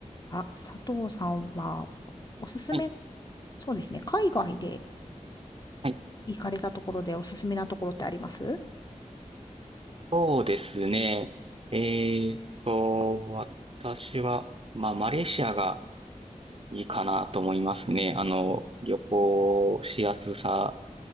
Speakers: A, on the left; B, on the right.
A: あ、佐藤さんは、おすすめ、
B: はい、
A: そうですね、海外で
B: はい
A: 行かれたところでおすすめなところってあります
B: そうですね。えーっと、私は、まあ、マレーシアがいいかなと思いますね。あの、旅行しやすさ